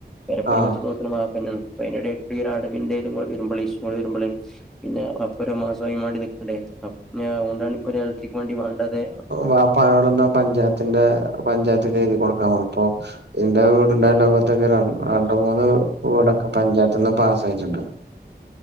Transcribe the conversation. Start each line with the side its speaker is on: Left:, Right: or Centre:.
Centre: പെരുപ്പണി
Right: ആഹ്
Centre: മൊത്തം നോക്കണത് വാപ്പ തന്നെയാണ് അപ്പോ അതിനിടയിൽ കൂടെ അടവിന്റെത് കൂടെ വരുമ്പാളെ ഇഷ്യൂ വരുമ്പാളെ പിന്നെ അപ്പര മാസമായിമണ്ടി നിക്കണ്ടേ ഉണ്ടാണ് ഇപ്പൊ ഒരു ഇലക്ട്രിക് വണ്ടി വേണ്ടതെ
Right: വാപ്പയോടന്ന് പഞ്ചായത്തിന്റെ പഞ്ചായത്ത് തിയതി കൊടുക്കൻ പറഞ്ഞപ്പോ എന്റെ വീട്ടിൻ്റെ അയാലോ ഇതൊക്കെ രണ്ട് മൂന്ന് വീടൊക്കെ പഞ്ചായത്ത് നിന്ന് പാസ്സായിട്ടുണ്ട്